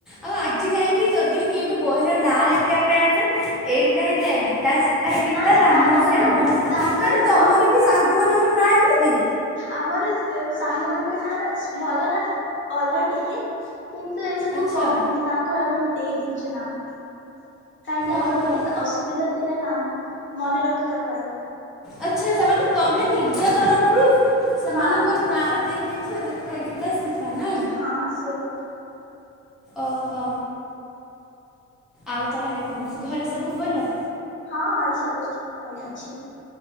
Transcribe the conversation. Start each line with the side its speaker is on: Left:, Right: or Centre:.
Centre: ଆଉ ଆଜି ଯାଏ ବି ଯଦି ବି କେହି ଏଠି ବହିର ନାଁ ଲେଖିବା ପାଇଁ ଆସେ ଏଇଗୁଡା ହିଁ ଥାଏ ରିତା, ସୀତା, ଗୀତା,
Left: ନା ନା
Centre: ରାମ,
Left: ତାଙ୍କର
Centre: ଶ୍ୟାମ ତାହେଲେ
Left: ତାଙ୍କର
Centre: ତମର
Left: ଭ
Centre: ବି ସାଙ୍ଗ ମାନଙ୍କର ନାଁ ଏମିତି।
Left: ଆମର ସାଙ୍ଗ ମାନଙ୍କ ନାଁ ରା ନା ଭଲ ନା ଅଲଗା ଟିକେ। କିନ୍ତୁ ଏସବୁ
Centre: ଆଚ୍ଛା
Left: କମ ତାଙ୍କୁ ଆମେ ଦେଇ ଦେଇେଛେ ନାମ କାହିଁକି ଆମରବି
Centre: ଓହୋ।
Left: କି ଟିକେ ଅସୁବିଧା ଥିଲା ନା ମନେ ରଖିବା ପାଇଁ।
Centre: ଆଚ୍ଛା ଆଛା ମାନେ ତମେ ନିଜ ତରଫରୁ ସେମାନଙ୍କର
Left: ହଁ
Centre: ନାଁ ଦେଇଦେଇ ଶୋ ରିତା ଗୀତା ସୀତା ନା।
Left: ହଁ ସେୟା।
Centre: ଅହୋ। ଆଉ ତାହେଲେ କଣ ଘରେ ସବୁ ଭଲ।
Left: ହଁ ଆଉ ସବୁ ଠିକ ଭଲ ଅଛି।